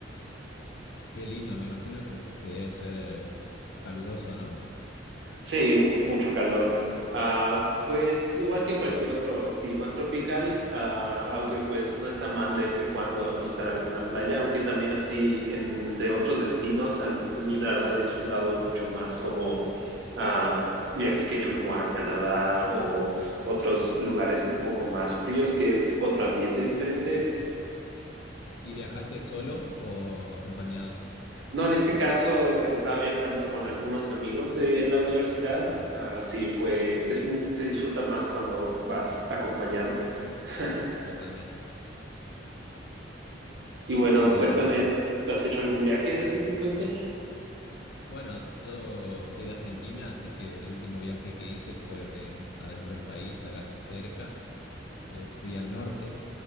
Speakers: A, on the left (about 60°); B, on the right (about 70°).
A: Qué lindo, me imagino que, que debe ser eh, caluroso, ¿no?
B: Sí, mucho calor. Ah, pues igual que en cualquier otro clima tropical, ah, aunque pues no está mal de vez en cuando visitar alguna playa, aunque también así entre otros destinos, a mí la verdad he disfrutado mucho más como ah, viajes que he hecho como a Canadá o otros lugares un poco más fríos, que es otro ambiente diferente.
A: Ujú. ¿Y viajaste solo o acompañado?
B: No, en este caso eh, estaba viajando con algunos amigos de la universidad. Ah, sí, fue, es, mu- se disfruta más cuando vas acompañado. <laughs>
A: Totalmente.
B: Y bueno,
A: Eh,
B: cuéntame, ¿tú has hecho algún viaje recientemente?
A: bueno, yo soy de Argentina, así que el último viaje que hice fue eh, adentro del país, acá cerca. Eh, fui al norte,